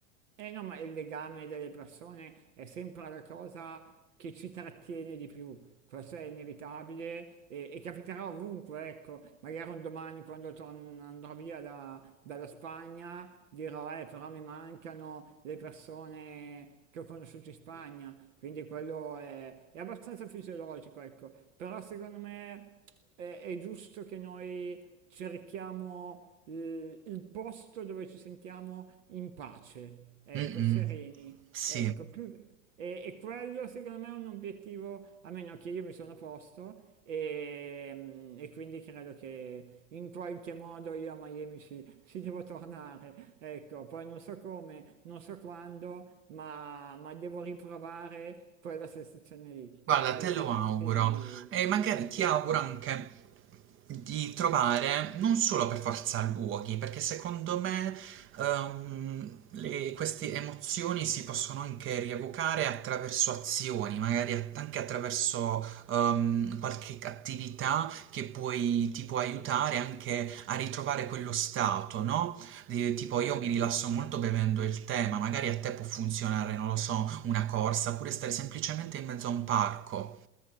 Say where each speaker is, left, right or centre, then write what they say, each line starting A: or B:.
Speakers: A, on the right; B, on the right.
A: Eh no, ma il legame delle persone è sempre la cosa che ci trattiene di più, questo è inevitabile e, e capiterà ovunque, ecco, magari un domani quando torn- andrò via da- dalla Spagna dirò, eh, però mi mancano le persone che ho conosciuto in Spagna, quindi quello è, è abbastanza fisiologico, ecco, però secondo me è, è giusto che noi cerchiamo eh, il posto dove ci sentiamo in pace, ecco,
B: Mh-mh.
A: sereni,
B: Sì,
A: ecco, più... E, e quello secondo me è un obiettivo, a meno che io mi sono posto e, e quindi credo che in qualche modo io a Miami ci, ci devo tornare, ecco, poi non so come, non so quando, ma, ma devo riprovare quella sensazione lì,
B: guarda,
A: perché
B: te
A: altrimenti...
B: lo auguro e magari ti
A: Sì,
B: auguro anche di trovare non solo per forza luoghi, perché secondo me, ehm, le queste emozioni si possono anche rievocare attraverso azioni, magari at anche attraverso, ehm, qualche attività che puoi ti può aiutare anche a ritrovare quello stato, no? Di- Tipo
A: Certo,
B: io mi rilasso molto bevendo il tè, ma magari a te può funzionare, non lo so, una corsa, oppure stare semplicemente in mezzo a un parco.